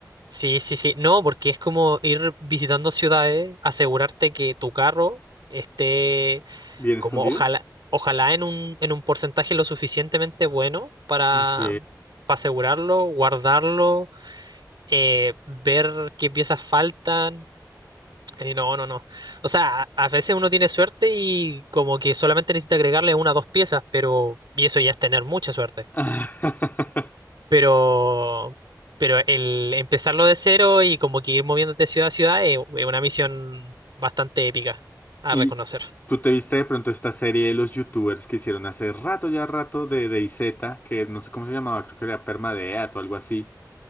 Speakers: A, on the right (about 85°); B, on the left (about 25°).
A: sí, sí, sí. No, porque es como ir visitando ciudades, asegurarte que tu carro esté
B: ¿Bien
A: como
B: escondido?
A: ojalá, ojalá en un, en un porcentaje lo suficientemente bueno para,
B: Ok.
A: para asegurarlo, guardarlo, eh, ver qué piezas faltan eh, no, no, no. O sea, a, a veces uno tiene suerte y como que solamente necesita agregarle una o dos piezas, pero... Y eso ya es tener mucha suerte.
B: <laughs>
A: Pero... Pero el empezarlo de cero y como que ir moviéndote ciudad a ciudad es, es una misión bastante épica a
B: Y
A: reconocer.
B: tú te viste de pronto esta serie de los youtubers que hicieron hace rato, ya rato, de DayZ, que no sé cómo se llamaba, creo que era Permadeath o algo así,